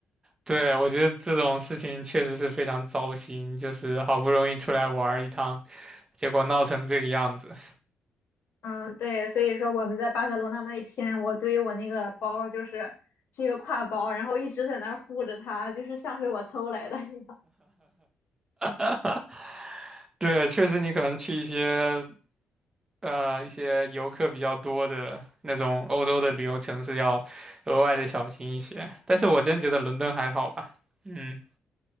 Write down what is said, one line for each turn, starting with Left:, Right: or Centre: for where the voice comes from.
Right: 对，我觉得这种事情确实是非常糟心，就是好不容易出来玩儿一趟，结果闹成这个样子。
Left: 嗯，对，所以说我们在巴塞罗那那一天，我对于我那个包就是是一个挎包，然后一直在那儿护着它，就是像是我偷来的一样。
Right: <laughs> 对，确实你可能去一些呃一些游客比较多的那种欧洲的旅游城市要额外的小心一些。但是我真觉得伦敦还好吧，嗯，